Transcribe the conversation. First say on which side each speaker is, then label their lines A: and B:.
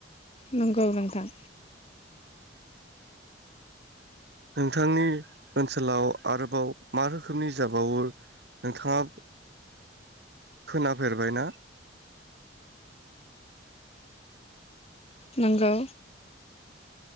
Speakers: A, on the left; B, on the right.
A: नंगौ नोंथां
B: नोंथांनि ओनसोलाव आरोबाव मा रोखोमनि जाबावो नोंथाङा खोनाफेरबायना?
A: नोंगौ